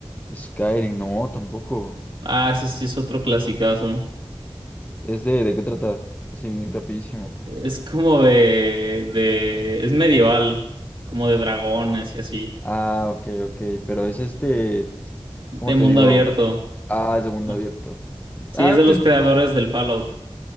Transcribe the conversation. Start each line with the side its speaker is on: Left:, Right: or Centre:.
Left: Skyrim, no, tampoco.
Right: Ah, ese sí es otro clasicazo.
Left: ¿Es de, de qué trata? Así, rapidísimo.
Right: Es como de, de, es medieval, como de dragones y así,
Left: Ah, ok, ok. Pero es este,
Right: de
Left: ¿cómo
Right: mundo
Left: te digo?
Right: abierto.
Left: Ah, es de mundo
Right: Ajá.
Left: abierto.
Right: Sí,
Left: Ah,
Right: es de los
Left: pues,
Right: creadores del Fallout.